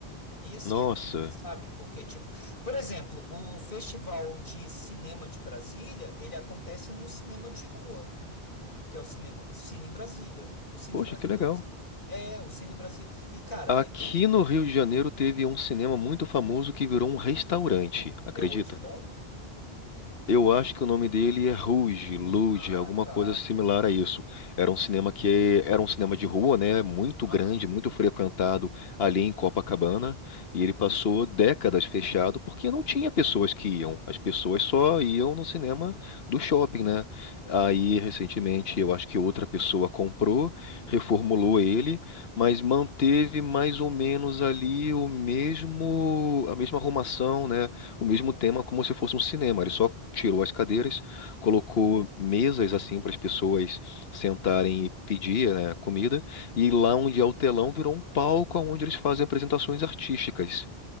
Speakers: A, on the left; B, on the left.
A: E assim,
B: Nossa.
A: é, triste, sabe? Porque, tipo, por exemplo, o Festival de Cinema de Brasília, ele acontece num cinema de rua, que é o cinema Cine Brasília. O Cine
B: Poxa,
A: Brasília
B: que legal.
A: é é, o Cine Brasília. E, cara,
B: Aqui
A: é,
B: no Rio de Janeiro teve um cinema muito famoso que virou um restaurante, acredita?
A: é o Odilon?
B: Eu acho que o nome dele é Rouge, Luge,
A: Ah,
B: alguma
A: tá.
B: coisa similar a isso. Era um cinema que era um cinema de rua, né? Muito
A: Aham.
B: grande, muito frequentado ali em Copacabana. E ele passou décadas fechado porque não tinha pessoas que iam. As pessoas só iam no cinema do shopping, né? Aí, recentemente, eu acho que outra pessoa comprou, reformulou ele, mas manteve mais ou menos ali o mesmo, a mesma arrumação, né? o mesmo
A: Uhum.
B: tema como se fosse um cinema. Ele só tirou as cadeiras, colocou mesas assim para as pessoas sentarem e pedir, né, comida, e lá onde é o telão virou um palco onde eles fazem apresentações artísticas.